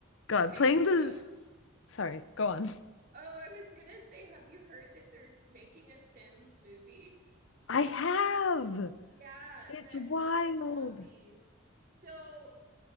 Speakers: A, on the left; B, on the right.
A: God,
B: okay,
A: playing this.
B: so
A: Sorry, go on.
B: oh, I was gonna say, have you heard that they're making a Sims movie?
A: I have.
B: Yeah,
A: It's
B: that
A: wild.
B: Margot Robbie. So